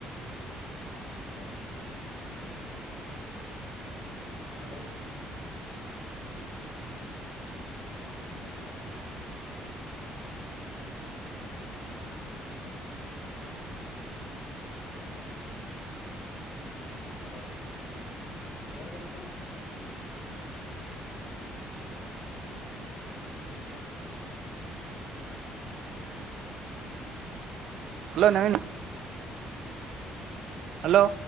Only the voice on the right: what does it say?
ಹಲೋ ನವೀನಾ ಹಲೋ